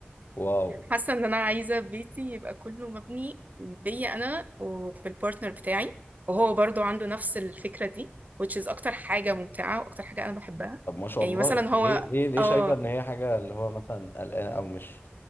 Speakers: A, on the left; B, on the right.
A: واو
B: حاسة ان انا عايزة بيتي يبقى كله مبني بيا انا وبالبارتنر بتاعي وهو برضو عنده نفس الفكرة دي which is اكتر حاجة ممتعة واكتر حاجة انا بحبها
A: طب ما شاء
B: يعني
A: الله
B: مثلا
A: انت
B: هو
A: ليه ليه ليه
B: اه
A: شايفة ان هي حاجة اللي هو مثلا قلقانة او مش